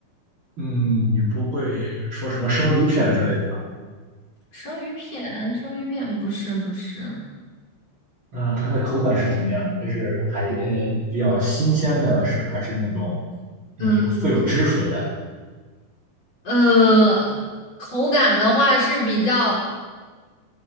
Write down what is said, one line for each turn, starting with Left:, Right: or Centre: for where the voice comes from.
Right: 嗯，你不会说什么生鱼片之类的吧？
Left: 生鱼片，生鱼片不是不是，
Right: 那它的口感是怎么样的？这是海呃比较新鲜的是，还是那种嗯有富有汁水的？
Left: 呃呃，口感的话是比较